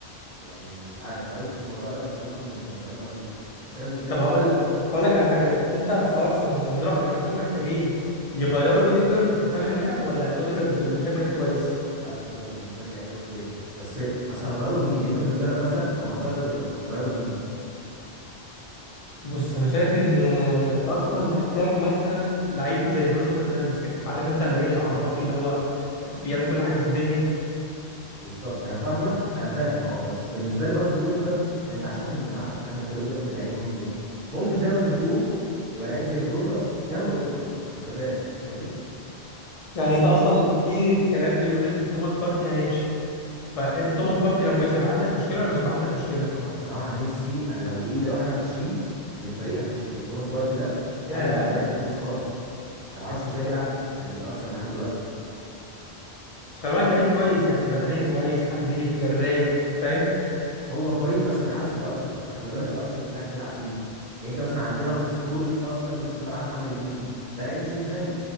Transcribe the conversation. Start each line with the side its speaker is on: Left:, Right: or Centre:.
Right: يعني مش عارف ما قريتش في الموضوع ده بس ممكن نبقى نقرا فيه بس انا بالنسبه
Left: طب
Right: لي
Left: هقول لك هقول لك على حاجه طيب انت في ارسنال مثلا من رايك ان هم محتاجين يغيروا اوديجارد كصانع لعب ولا اوديجارد اللي شايفه لعيب كويس
Right: لا اوديجارد بالنسبه لي لعيب جامد جدا بس اصل هتغيره بمين انت بالنسبه لك مثلا لو هنغير اوديجارد هنغيره بمين
Left: بص انا شايف ان ارسنال محتاج مثلا لعيب زي برونو فرنانديز كده عارف انت اللعيب العرباكي اللي هو بيعمل كل حاجه في الدنيا
Right: بالظبط انا فاهمك انا فاهم اه بس بالنسبه لي برضو اوديجارد ما ينفعش يخرج من الملعب انا بالنسبه لي اوديجارد لعيب مهم جدا ممكن زي ما انت بتقول يبقى لعيب زي برونو بس جنب اوديجارد مش بداله فاهمني
Left: يعني انت اصلا في في كلام بيقول ان توماس بارتي هيمشي فانت
Right: انا
Left: توماس بارتي لو ماشي هيبقى عندك مشكله ولا مش هيبقى عندك مشكله
Right: أنا بصراحه نفسي انا لو بايدي اروح انا امشيه من الفريق همشيه توماس بارتي ده
Left: ياه
Right: انا بالنسبه لي ما بحبوش خالص انا ما اعرفش ازاي بيلعب في الارسنال لحد دلوقتي
Left: بس خلي بالك لعيب كويس يعني بدنيا كويس حريف جراي فاهم
Right: هو كويس بس ما يلعبش في الارسنال اصل خلي بالك الارسنال مش اي حد يلعب فيه يعني انت مثلا عندنا اسطوره ارسنال في نص الملعب محمد النني ده لعيب مش هيجي زيه